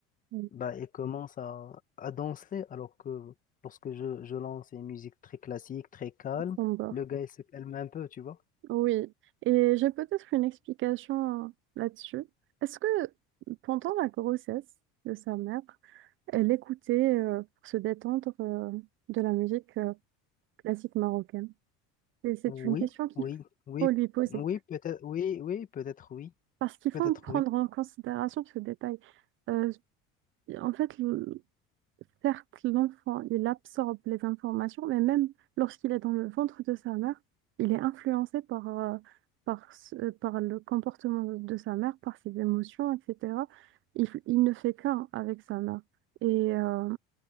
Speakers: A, on the right; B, on the left.
A: Oui.
B: bah, elle commence à, à danser. Alors que lorsque je, je lance une musique très classique, très calme,
A: Sombre.
B: le gars, il se calme un peu, tu vois.
A: Oui. Et j'ai peut-être une explication euh, là-dessus. Est-ce que pendant la grossesse de sa mère, elle écoutait euh, pour se détendre euh, de la musique euh, Classique marocaine. Et c'est
B: Oui,
A: une question qu'il
B: oui, oui,
A: faut lui poser.
B: oui, peut-être, oui, oui, peut-être, oui,
A: Parce qu'il
B: peut-être,
A: faut prendre
B: oui.
A: en considération ce détail. Euh, en fait, le- certes, l'enfant, il absorbe les informations, mais même lorsqu'il est dans le ventre de sa mère, il est influencé par, euh, par, ce- euh, par le comportement de de sa mère, par ses émotions, etc. Il, il ne fait qu'un avec sa mère. Et euh,